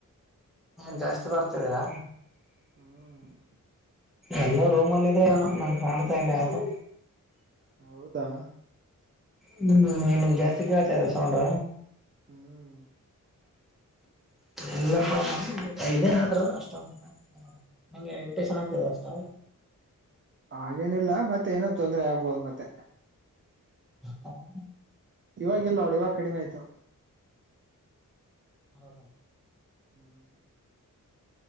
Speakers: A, in the centre; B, on the right.
A: ಹ ಜಾಸ್ತಿ ಬರ್ತದಾ
B: ಹಾ <inaudible>
A: ಎಲ್ಲೋ ರೂಮ್ ಅಲ್ಲಿ ಇದೆ ಏನ ನನ್ ಕಾಣ್ತಾ ಇಲ್ಲ ಯ್ದೂ
B: ಹೌದಾ
A: ಹ್ಮ್ ನಿಮನ್ ಜಾಸ್ತಿ ಕೇಳ್ತಾ ಇದೆ ಸೌಂಡ್
B: ಹ್ಮ್
A: ಇಲ್ಲಪ್ಪ ನ ಇದೇ ಆದ್ರು ಅಷ್ಟೊ ಬೇಕ ಹ ನಂಗೆ ಎಡಿಟೇಷನ್ ಹಾತದೆ ಅಷ್ಟಾ
B: ಹಾಗೇನಿಲ್ಲ ಮತ್ತೆ ಏನ ತೊಂದ್ರೆ ಆಗ್ಬೋದು ಮತ್ತೆ
A: ಹ
B: ಇವಾಗಿಲ್ಲ ನೋಡುಇವಾಗ ಕಡಿಮೆ ಆಯತು
A: ಹೌದ
B: ಹ್ಮ್ <inaudible>